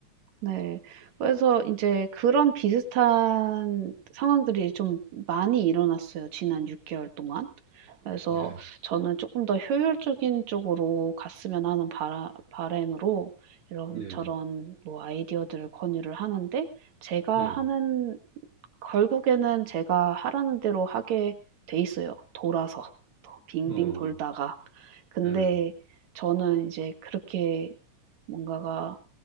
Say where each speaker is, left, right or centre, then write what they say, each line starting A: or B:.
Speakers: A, on the right; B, on the right.
A: 네. 그래서 이제 그런 비슷한 상황들이 좀 많이 일어났어요, 지난 6 개월 동안. 그래서
B: 예,
A: 저는 조금 더 효율적인 쪽으로 갔으면 하는 바라 바람으로 이런저런
B: 네,
A: 뭐 아이디어들을 권유를 하는데 제가
B: 네,
A: 하는 결국에는 제가 하라는 대로 하게 돼 있어요, 돌아서. 빙빙
B: 네, 어,
A: 돌다가. 근데
B: 네,
A: 저는 이제 그렇게 뭔가가